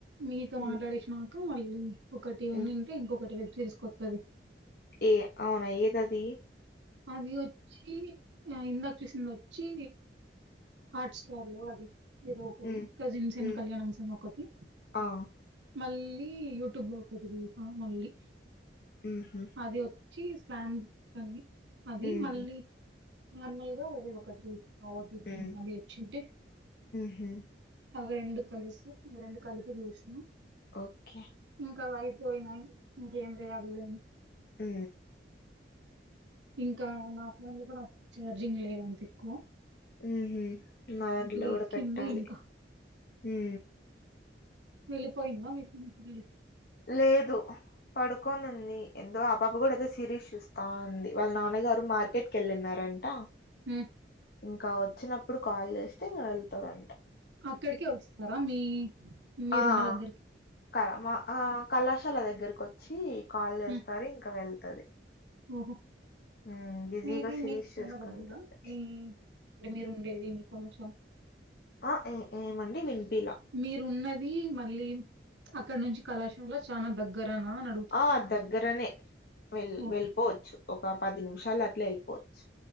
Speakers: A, on the right (about 90°); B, on the left (about 55°).
A: మీతో
B: మ్మ్
A: మాట్లాడేసినక మళ్ళీ ఒకటి ఉన్నింటే
B: మ్మ్
A: ఇంకొకటి వెబ్ సిరీస్ కొ తది
B: ఏ అవునా ఏదది
A: అది వచ్చి ఆ ఇందక చేసింది వచ్చి హాట్ స్టార్ లో అది ఏదో ఒకటి
B: మ్మ్
A: కజిన్ సీన్
B: మ్మ్
A: కళ్యాణం సీన్ ఒకటి
B: ఆ
A: మళ్ళీ యూట్యూబ్ లో ఒకటి చేసా మళ్ళీ
B: ఊహు
A: అది వచ్చి స్లామ్ కని అది
B: మ్హూ
A: మళ్ళీ నార్మల్ గా వేరేదొకటి చూస్తా ఓటిపి
B: మ్మ్
A: అవి వచ్చింటి
B: మ్హూ
A: అవి రెండు కలుసు అవి రెండు కలపి జూష్ణం
B: ఓకే
A: ఇంకా అవి అయిపోయినాయి ఇంకా ఏం లేదు అగలేను
B: ఊ
A: ఇంకా నా ఫోన్ లో కూడా అప్పుడు ఛార్జింగ్ లేదు అంత ఎక్కొ
B: ఉహు నా దాంట్లో కూడా
A: ఎక్కింది
B: పెట్టాలి
A: ఇంకా
B: ఊ
A: వెళ్లిపోయిందా మీ ఫ్రెండ్ తిరిగి
B: లేదు పడుకోని ఉంది ఎందో ఆ పాప కూడా ఏదొ సిరీస్ చూస్ తాంది వాళ్ళ నాన్నగారు మార్కెట్ కి వెళ్ళినారంట
A: ఉ
B: ఇంకా వచ్చినప్పుడు కాల్ చేస్తే ఇంగ వెళ్తదంట
A: అక్కడికే వస్తారా మీ మీరున్న
B: ఆ
A: దగ్గరికి
B: కరమా ఆ కళాశాల దగ్గరకు వచ్చి కాల్ చేస్తారి
A: ఉమ్.
B: ఇంక వెళ్తది
A: ఓహో
B: మ్మ్ బిజీగా
A: మీది
B: సిరీస్
A: మీకు చానా
B: చూసుకుంటుంది
A: దగ్గరా మీ అంటే మీరు ఉండేది మీ కొంచెం
B: ఆ ఏ ఏమండి వినిపీల
A: మీరున్నది మళ్ళీ అక్కడ నుంచి కళాశాల చానా దగ్గరనా అ
B: ఆ దగ్గరనే వెల్
A: ఓ,
B: వెళ్ళిపోవచ్చు ఒక పది నిమిషాలు అట్ల వెళ్ళిపోవచ్చు